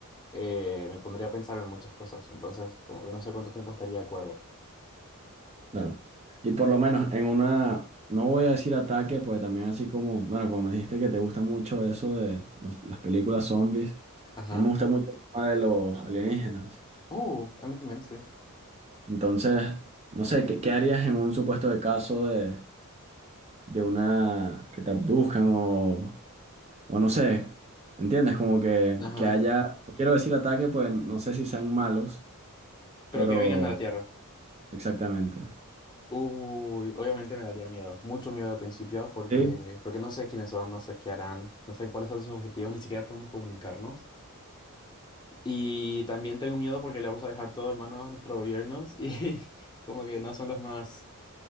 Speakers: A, on the left; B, on the right.
A: eh, me pondría a pensar en muchas cosas, entonces como que no sé cuánto tiempo estaría de acuerdo.
B: Claro. Y por lo menos en una, no voy a decir ataque, pues también así como, bueno, como me dijiste que te gusta mucho eso de los- las películas zombies,
A: Ajá,
B: a mí me gusta mucho el tema de los alienígenas.
A: Uh, a mí también, sí.
B: Entonces, no sé, ¿qué, qué harías en un supuesto de caso de, de una que te abduzcan o, o no sé, ¿entiendes? Como que,
A: ajá,
B: que haya, no quiero decir ataque, pues no sé si sean malos, Pero
A: Pero que vengan a la Tierra.
B: exactamente.
A: Uy, obviamente me daría miedo, mucho miedo al principio, porque,
B: Sí.
A: porque no sé quiénes son, no sé qué harán, no sé cuáles son sus objetivos, ni siquiera podemos comunicarnos. Y también tengo miedo porque le vamos a dejar todo en manos a nuestros gobiernos y <laughs> como que no son los más,